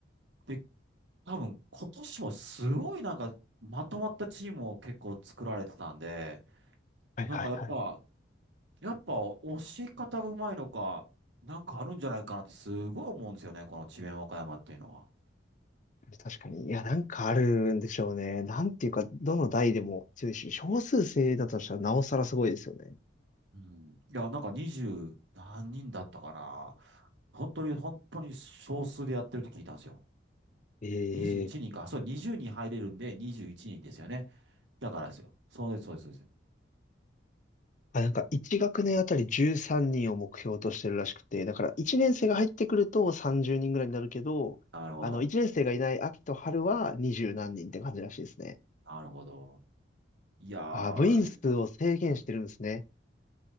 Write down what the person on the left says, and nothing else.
はいはいはい。
確かに。いや、なんかあるんでしょうね。なんていうか、どの代でも強いし、少数制だとしたらなおさらすごいですよね。
ええ
あ、なんか1学年あたり13人を目標としてるらしくて、だから1年生が入ってくると30人ぐらいになるけど、
あの、1年生がいない秋と春は20何人って感じらしいですね。
あ、部員数を制限してるんですね。